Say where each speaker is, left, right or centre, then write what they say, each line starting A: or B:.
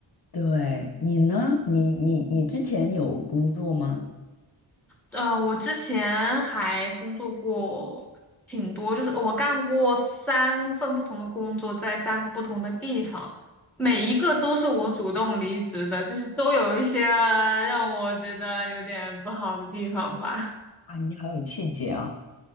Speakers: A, on the left (about 50°); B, in the centre.
A: 对，你呢？你你你之前有工作吗？
B: 呃，我之前还工作过挺多，就是我干过三份不同的工作，在三个不同的地方，每一个都是我主动离职的，就是都有一些让我觉得有点不好的地方吧。
A: 啊，你好有气节啊！